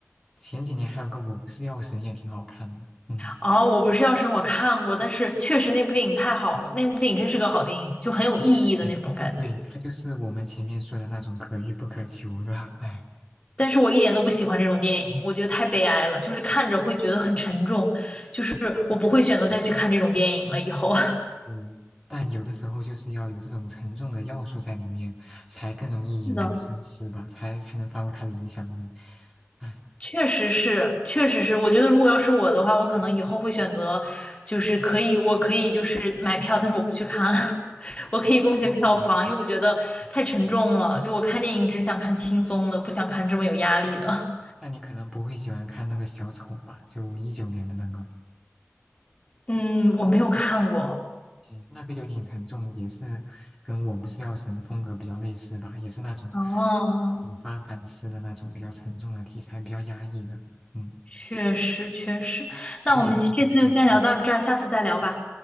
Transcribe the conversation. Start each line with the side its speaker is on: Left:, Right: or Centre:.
Centre: 前几年还有个我不是药神也挺好看的，嗯。
Left: 哦，我不是药神，我看过，但是确实那部电影太好了，那部电影真是个好电影，就很有意义的那种感觉。
Centre: 对对，他就是我们前面说的那种可遇不可求的，<laughs> 哎，
Left: 但是我一点都不喜欢这种电影，我觉得太悲哀了，就是看着会觉得很沉重，就是我不会选择再去看这种电影了，
Centre: 嗯，
Left: 以后。<laughs>
Centre: 嗯，但有的时候就是要有这种沉重的要素在里面，才更容易引人深思吧，
Left: 是的，
Centre: 才才能发挥他的影响力。哎，
Left: 确实是，确实是。我觉得如果要是我的话，我可能以后会选择，就是可以，我可以就是买票，但是我不去看，<laughs>
Centre: 嗯，
Left: 我可以贡献票房，
Centre: 那你呃，对，
Left: 因为我觉得太沉重了。
Centre: 嗯嗯
Left: 就我看电影只想看轻松的，
Centre: 嗯
Left: 不想看这么有压力的。
Centre: 那你可能不会喜欢看那个小丑吧？就一九年的那个，
Left: <laughs> 嗯，我没有看过。
Centre: 嗯，那个就挺沉重，也是跟我不是药神风格比较类似吧，也是那种
Left: 哦，
Centre: 引发反思的那种比较沉重的题材，比较压抑的，嗯。
Left: 确实确实。
Centre: 不过也是个神助。
Left: 那我们这次就先聊到这儿，
Centre: 嗯，
Left: 下次再聊吧。